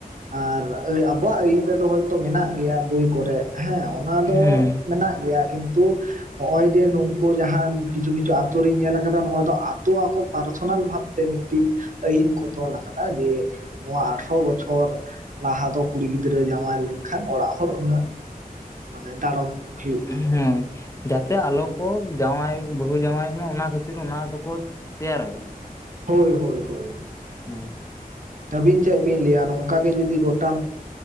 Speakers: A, on the right; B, on the left.
A: ᱟᱨ ᱟᱵᱚᱣᱟᱜ ᱟᱹᱭᱤᱱ ᱨᱮᱫᱚ ᱦᱚᱳᱭᱛᱚ ᱢᱮᱱᱟᱜ ᱜᱮᱭᱟ ᱵᱳᱭ ᱠᱚᱨᱮ ᱦᱮᱸ ᱚᱱᱟ
B: ᱦᱮᱸ
A: ᱫᱚ ᱢᱮᱱᱟᱜ ᱜᱮᱭᱟ ᱠᱤᱱᱛᱩ ᱱᱚᱜ-ᱚᱭ ᱡᱮ ᱱᱩᱝᱠᱩ ᱡᱟᱦᱟᱸ ᱠᱤᱪᱷᱩ ᱠᱤᱪᱷᱩ ᱟᱛᱳ ᱨᱤᱧ ᱧᱮᱞ ᱟᱠᱟᱫᱟ ᱱᱚᱣᱟ ᱫᱚ ᱟᱛᱳ ᱟᱠᱚ ᱯᱟᱨᱥᱚᱱᱟᱞ ᱵᱷᱟᱵ ᱛᱮ ᱢᱤᱫᱴᱤᱡ ᱟᱹᱭᱤᱱ ᱠᱚ ᱛᱚᱞ ᱟᱠᱟᱫᱟ ᱡᱮ ᱱᱚᱣᱟ ᱟᱴᱷᱨᱚ ᱵᱚᱪᱷᱚᱨ ᱞᱟᱦᱟ ᱫᱚ ᱠᱩᱲᱤ ᱜᱤᱫᱽᱨᱟᱹ ᱡᱟᱶᱟᱭ ᱞᱮᱱᱠᱷᱟᱱ ᱚᱲᱟᱜ ᱦᱚᱲ ᱩᱱᱟᱹᱜ ᱢᱟᱱᱮ ᱰᱟᱲᱚᱢ ᱦᱩᱭᱩᱜᱼᱟ
B: ᱦᱮᱸ ᱡᱟᱛᱮ ᱟᱞᱚ ᱠᱚ ᱡᱟᱶᱟᱭ ᱵᱟᱹᱦᱩ ᱡᱟᱶᱟᱭᱚᱜ ᱢᱟ ᱚᱱᱟ ᱠᱷᱟᱛᱤᱨ ᱚᱱᱟ ᱫᱚᱠᱚ ᱛᱮᱭᱟᱨ ᱟᱠᱟᱫᱟ
A: ᱦᱳᱭ ᱦᱳᱭ ᱦᱳᱭ
B: ᱦᱮᱸ
A: ᱟᱹᱵᱤᱱ ᱪᱮᱫ ᱵᱤᱱ ᱞᱟᱹᱭᱟ ᱱᱚᱝᱠᱟ ᱜᱮ ᱡᱩᱫᱤ ᱜᱚᱴᱟ